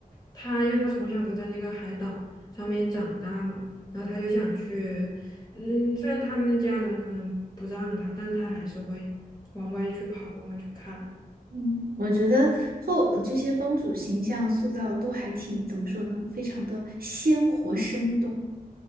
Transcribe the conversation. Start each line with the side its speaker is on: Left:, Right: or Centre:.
Left: 他，因为他从小都在那个海岛上面长大嘛，然后他就想去，嗯，虽然他们家人可能不让他，但是他还是会往外去跑，往外去看。
Right: 嗯，我觉得后这些公主形象塑造都还挺，怎么说呢，非常的鲜活生动。